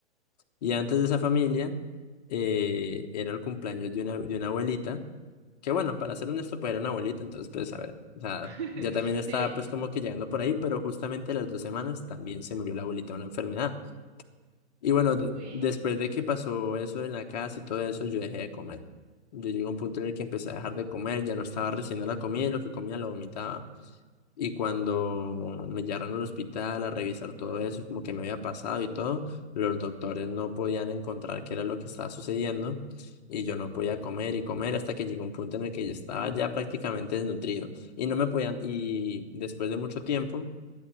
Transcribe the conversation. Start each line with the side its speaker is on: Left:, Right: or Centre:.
Left: Y antes de esa familia, eh, era el cumpleaños de una, de una abuelita, que bueno, para ser honesto, pues era una abuelita, entonces pues a ver, o sea,
Right: <laughs>
Left: ya también estaba
Right: Sí,
Left: pues como que llegando por ahí, pero justamente a las dos semanas también se murió la abuelita de una enfermedad. Y bueno,
Right: uy.
Left: de- después de que pasó eso en la casa y todo eso, yo dejé de comer. Yo llegué a un punto en el que empecé a dejar de comer, ya no estaba recibiendo la comida y lo que comía lo vomitaba. Y cuando me llevaron al hospital a revisar todo eso, como que me había pasado y todo, los doctores no podían encontrar qué era lo que estaba sucediendo y yo no podía comer y comer hasta que llegó un punto en el que yo estaba ya prácticamente desnutrido y no me podían, y después de mucho tiempo